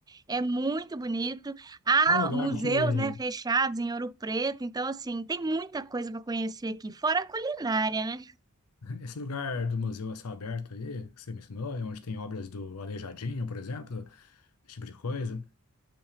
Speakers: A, on the right (about 15°); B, on the left (about 80°).
A: é muito bonito. Há
B: É um lugar
A: museus,
B: que.
A: né, fechados em Ouro Preto, então assim, tem muita coisa para conhecer aqui, fora a culinária, né?
B: Esse lugar do Museu a Céu Aberto aí, que você mencionou, é onde tem obras do Aleijadinho, por exemplo, esse tipo de coisa.